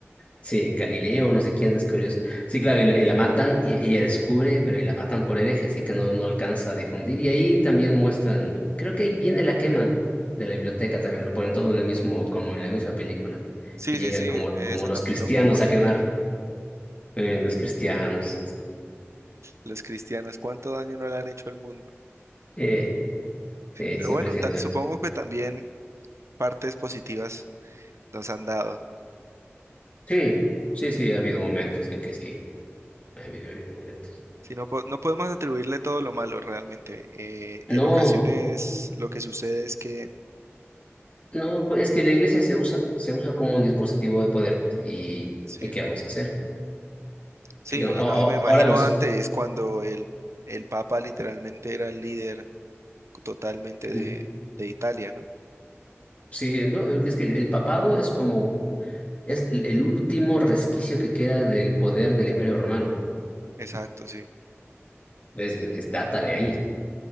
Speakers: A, on the left (about 30°); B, on the right (about 80°).
A: Sí, Galileo, no sé quién descubrió eso. Sí, claro, y, la y la matan, y ella descubre, pero y la matan por hereje, así que no, no alcanza a difundir. Y ahí también muestran, creo que ahí viene la quema de la biblioteca también, lo ponen todo en el mismo, como en la misma película,
B: Sí,
A: que llegan
B: sí, sí,
A: como,
B: eso
A: como los
B: también
A: cristianos
B: lo ponen.
A: a quemar, eh, los cristianos,
B: Los cristianos, cuánto daño no le han hecho al mundo.
A: eh, eh,
B: Pero
A: siempre
B: bueno,
A: siendo
B: ta-
A: de
B: supongo
A: las-
B: que también partes positivas nos han dado.
A: Sí, sí, sí, ha habido momentos en que sí, ha habido, ha habido momentos.
B: Si no, po- no podemos atribuirle todo lo malo realmente. Eh,
A: No.
B: en ocasiones lo que sucede es que,
A: No, pues, es que la iglesia se usa, se usa como un dispositivo de poder. pues, ¿Y,
B: sí,
A: y qué vamos a hacer?
B: sí,
A: ¿Qué- a- a-
B: ¿no? Y me imagino
A: ahora los...
B: antes cuando el, el Papa literalmente era el líder totalmente
A: Ujú.
B: de, de Italia, ¿no?
A: Sí, no, es que el, el papado es como... Es el último resquicio que queda del poder del Imperio Romano.
B: Exacto, sí.
A: Es, es- data de ahí.